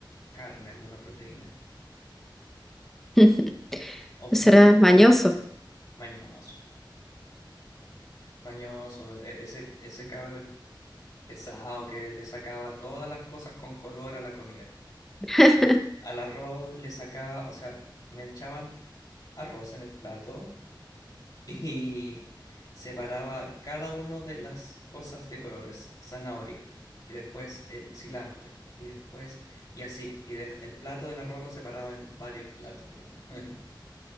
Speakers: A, on the left; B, in the centre.
A: carne, alguna proteína,
B: <laughs>
A: o fideo,
B: Eso mañoso.
A: mañoso, mañoso, e- ese, ese cabro pesado que le sacaba todas las cosas con color a la comida.
B: <laughs>
A: Al arroz le sacaba, o sea, me echaban arroz en el plato <laughs> y separaba cada uno de las cosas de colores, zanahoria, y después el cilantro, y después, y así, y dej- el plato del arroz lo separaba en varios platos, digamos. <laughs>